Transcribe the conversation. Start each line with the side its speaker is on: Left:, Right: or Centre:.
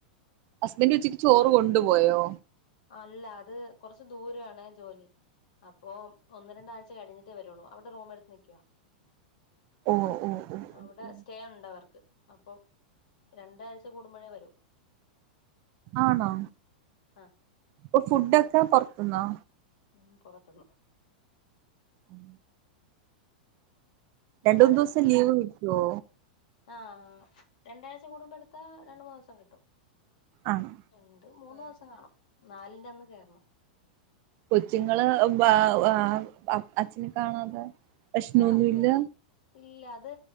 Right: ഹസ്ബൻഡുച്ചക്ക് ചോറ് കൊണ്ടുപോയോ?
Left: അല്ല, അത് കൊറച്ച് ദൂരെയാണേ ജോലി. അപ്പൊ ഒന്ന് രണ്ടാഴ്ച്ച കഴിഞ്ഞിട്ടേ വരൊള്ളൂ. അവടെ റൂമെടുത്ത് നിക്കുവാ.
Right: ഓ ഓ ഓ
Left: അവിടെ
Right: ഓ
Left: സ്റ്റേയൊണ്ടവർക്ക്. അപ്പൊ രണ്ടാഴ്ച്ച കൂടുമ്പോഴേ വരൂ.
Right: ആണോ
Left: ആ
Right: പ്പൊ ഫുഡൊക്കെ പൊറത്തുന്നോ?
Left: ഉം പൊറത്തുന്ന്
Right: ഉം
Left: ഇവിടെ
Right: രണ്ടൂന്ന് ദീസം ലീവ് കിട്ടോ
Left: ആാാ രണ്ടാഴ്ച്ച കൂടുമ്പോട് ത്ത രണ്ടു മാസം കിട്ടും.
Right: ആണോ
Left: രണ്ട്, മൂന്ന് മാസം കാണും. നാലിന്റെ അന്ന് കേറണം
Right: കൊച്ചുങ്ങള് വ് വ് അച്ഛനെ കാണാതെ. പ്രാശ്നോന്ന്ല്ല.
Left: ആ അതൊന്ന് ഇല്ല. അത്